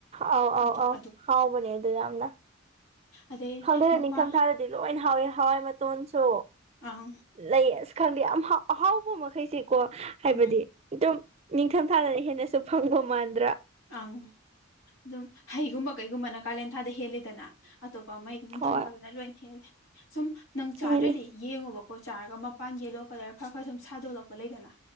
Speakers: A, on the right; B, on the left.
A: ꯑꯧ ꯑꯧ
B: ꯑꯗꯨꯗ
A: ꯍꯥꯎꯕꯅꯦ ꯑꯗꯨ ꯌꯥꯝꯅ
B: ꯑꯗꯩ
A: ꯈꯪꯗꯅ
B: ꯃꯄꯥꯟ
A: ꯅꯤꯡꯊꯝ ꯊꯥꯗꯗꯤ ꯂꯣꯏ ꯍꯥꯎꯋꯦ ꯍꯋꯥꯏ ꯃꯇꯣꯟꯁꯨ
B: ꯑꯪ
A: ꯂꯩ ꯑ ꯈꯪꯗꯦ ꯌꯥꯝ ꯑꯍꯥꯎꯕ ꯃꯈꯩꯁꯦꯀꯣ ꯍꯥꯏꯕꯗꯤ
B: ꯎꯝ
A: ꯑꯗꯨꯝ ꯅꯤꯡꯊꯝ ꯊꯥꯗꯅ ꯍꯦꯟꯅꯁꯨ ꯐꯪꯕ ꯃꯥꯟꯗ꯭ꯔꯥ
B: ꯑꯪ ꯑꯗꯨꯝ ꯍꯩꯒꯨꯝꯕ ꯀꯩꯒꯨꯝꯕꯅ ꯀꯥꯂꯦꯟ ꯊꯥꯗ ꯍꯦꯜꯂꯤꯗꯅ ꯑꯇꯣꯞꯄ ꯃꯩꯗꯤ ꯅꯤꯡꯊꯝꯊꯥꯗꯅ
A: ꯍꯣꯏ
B: ꯂꯣꯏꯅ ꯍꯦꯜꯂꯦ ꯁꯨꯝ ꯅꯪ ꯆꯥꯗ꯭ꯔꯗꯤ
A: ꯍꯦꯜꯂꯤ
B: ꯌꯦꯡꯉꯣꯕꯀꯣ ꯀꯣ ꯆꯥꯔꯒ ꯃꯄꯥꯟ ꯌꯦꯂꯣ ꯀꯂꯔ ꯈꯔ ꯈꯔ ꯁꯨꯝ ꯁꯥꯗꯣꯛꯂꯛꯄ ꯂꯩꯗꯅ